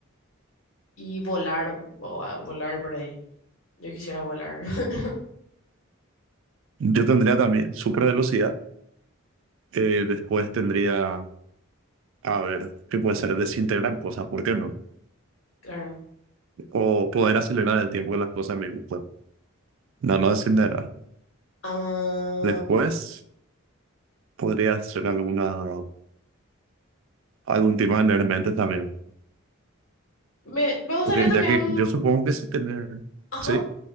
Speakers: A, on the left; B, on the right.
A: y volar, o volar por ahí. Yo quisiera volar, <laughs>
B: Yo tendría también super velocidad, Eh, después tendría, a ver, que puede ser desintegrar cosas, ¿por qué no?
A: claro.
B: O poder acelerar el tiempo de las cosas en mi grupo. No, no desintegrar.
A: Ah,
B: Después podría ser alguna, algún tema de leer mentes también.
A: me, me gustaría
B: Porque
A: también,
B: ya que yo supongo que sí tener,
A: ajá,
B: sí,